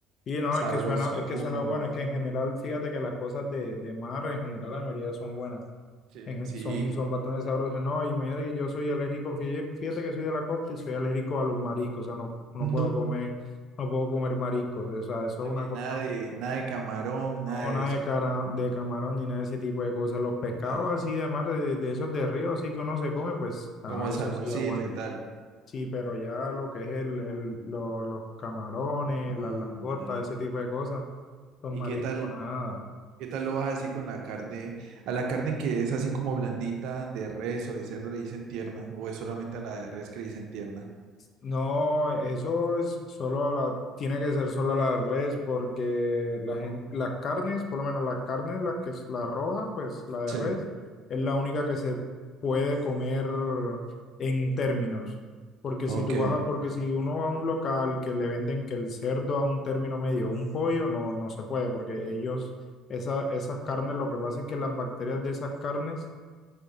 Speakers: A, on the left; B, on the right.
A: Y no,
B: Sabroso.
A: es que suena, es que
B: Uno,
A: suena bueno,
B: ah,
A: es que en general, fíjate que las cosas de, de mar, en general, la mayoría son buenas.
B: Sí.
A: en gen-
B: sí.
A: son, son bastante sabrosas. No, imagínate que yo soy alérgico, fí- fíjate que soy de la costa y soy alérgico a los mariscos, o sea, no, no
B: No.
A: puedo comer, no puedo comer mariscos, o sea, eso
B: Oye,
A: es una cosa.
B: nada de, nada de camarón, nada
A: No,
B: de
A: nada
B: eso.
A: de, cara, de camarón ni nada de ese tipo de cosas. Los pescados
B: Ah,
A: así de mar, de, de esos de río, así que uno se come, pues a
B: como
A: eso
B: salmoncito
A: sí aguanta.
B: y tal.
A: Sí, pero ya lo que es el, el- lo- los camarones,
B: Ah,
A: las langostas,
B: ya.
A: ese tipo de cosas, los
B: ¿Y
A: mariscos,
B: qué tal,
A: nada.
B: qué tal lo vas así con la carne? A la carne que es así como blandita, de res o de cerdo le dicen tierna, o es solamente a la de res que le dicen tierna.
A: No, eso es solo a la, tiene que ser solo a la res porque la gente, las carnes, por lo menos las carnes, la que es la roja, pues la de
B: Sí.
A: res, es la única que se puede comer en términos. Porque
B: Ok,
A: si tú vas a- porque si uno va a un local que le venden que el cerdo a un término medio, un pollo, no, no se puede, porque ellos, esa, esas carnes, lo que pasa es que las bacterias de esas carnes